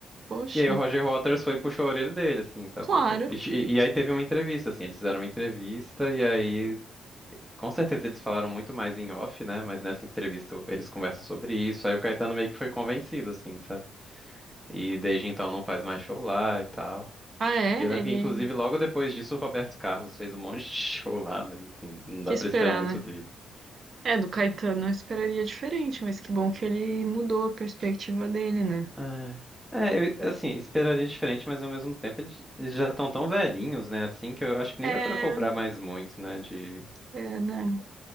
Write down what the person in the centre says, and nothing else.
E aí o Roger Waters foi e puxou a orelha dele, assim, sabe?
Falou, "Pô", E, e aí teve uma entrevista, assim, eles fizeram uma entrevista e aí, com certeza eles falaram muito mais em off, né? Mas nessa entrevista eles conversam sobre isso. Aí o Caetano meio que foi convencido, assim, sabe? E desde então não faz mais show lá e tal.
E eu lembro
que, inclusive, logo depois disso o Roberto Carlos fez um monte de <laughs> show lá, mas assim, não
dá pra
esperar muito
dele.
É, é, eu, assim, esperaria diferente, mas ao mesmo tempo eles, eles já estão tão velhinhos, né? Assim, que eu acho que
nem dá pra cobrar mais muito, né? De